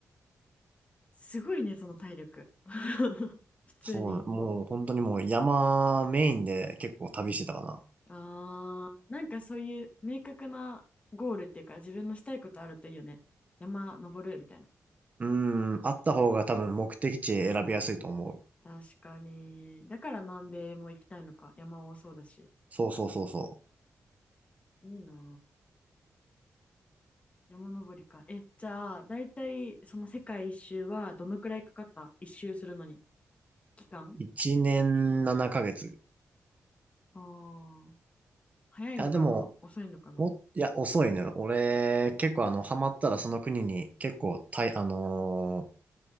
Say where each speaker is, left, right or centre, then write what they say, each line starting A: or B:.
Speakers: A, on the left; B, on the right.
A: <laughs> すごいね、その体力。<laughs> 普通に。
B: そうな、もう本当にもう山メインで結構旅してたかな。
A: あー。なんかそういう明確なゴールっていうか、自分のしたいことあるといいよね。山登るみたいな。
B: うーん、あった方が多分目的地選びやすいと思う。
A: 確かに。だから南米も行きたいのか。山多そうだし。
B: そうそうそうそ
A: いいなぁ。山登りか。え、じゃあ、だいたいその世界一周はどのくらいかかった一周するのに。期間
B: う。1年7ヶ月。い
A: ああー。早いのかな遅いのかな
B: や、でも、も、いや、遅いね。俺、結構あの、ハマったらその国に結構、たい、あのー